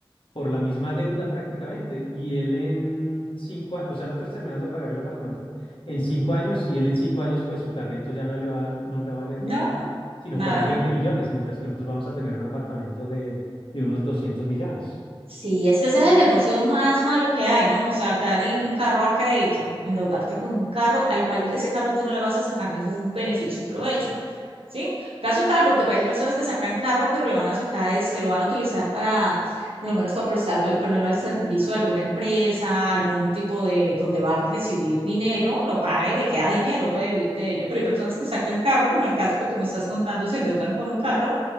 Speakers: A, on the left; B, on the right.
A: por la misma deuda prácticamente. Y él en cinco, a- o sea, nosotros terminamos de pagar el apartamento en cinco años y él en cinco años, pues su carrito ya no le va, a- no le va a valer
B: No,
A: ni, sino
B: nada.
A: por ahí 20 millones, mientras que nosotros vamos a tener un apartamento de, de unos 200 millones.
B: Sí, es que ese es el negocio más malo que hay, ¿no? O sea, Sacar eh, un carro a crédito, endeudarte con un carro al cual ese carro tú no le vas a sacar ningún beneficio y provecho, ¿sí? Caso tal, porque pues, hay personas que sacan carro, pero le van a sacar, este, lo van a utilizar para, por lo menos para prestarlo, al, ponerlo al servicio de alguna empresa, algún tipo de, donde va a recibir dinero, lo paga y le queda dinero, puede vivir de ello, pero hay personas que sacan carro, como el caso que tú me estás contando, se endeudan con un carro